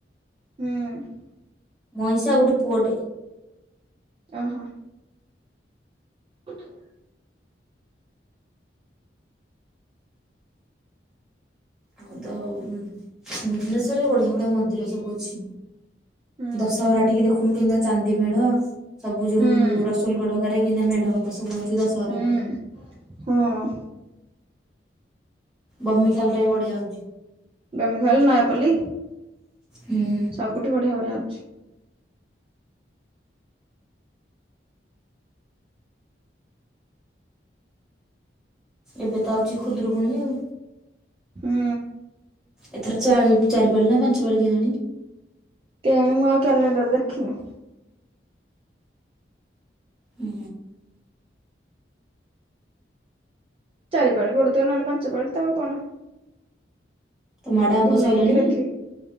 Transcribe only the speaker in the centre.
ମଇସା ଗୋଟେ ପୁଅଟେ
ଆଉ ତ ଭୁବନେଶ୍ଵରରେ ବଢିଆ ବଢିଆ ମନ୍ଦିର ସବୁ ଅଛି
ଦଶହରା ଟିକେ ଦେଖୁନୁ କେମିତିଆ ଚାନ୍ଦି ମେଢ ସବୁ ଯୋଉ
ରସୁଲ ଗଡ କାରେ। କେମିତିଆ ମେଢ ହରିକା ସବୁ ହଉଛି ଦଶହରାକୁ।
ବମିଖାଲ ଟା ବି ବଢିଆ ହଉଛି।
ହୁଁ।
ଏବେ ତ ଆଉଛି ଖୁଦୁରୁକୁଣୀ ଆଉ।
ଏଥର ଚାଳି ଚାରିପାଳି ନା ପାଞ୍ଚ ପାଳି କେଜାଣି।
ହୁଁ।
ତମ ଆଡେ ଆମ୍ବ
ସଇଲାଣି।